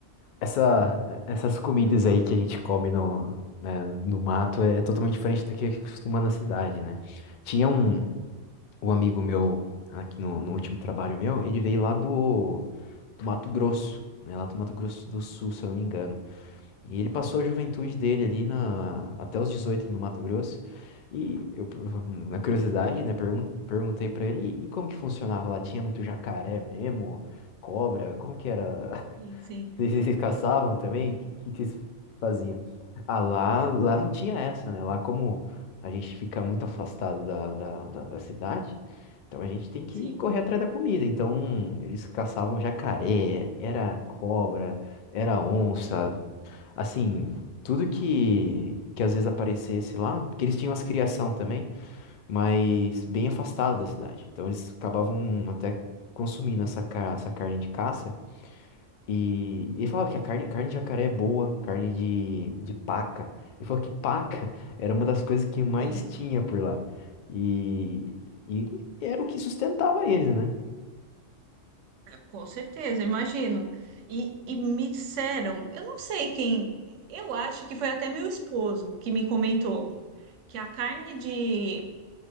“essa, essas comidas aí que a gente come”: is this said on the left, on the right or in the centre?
Left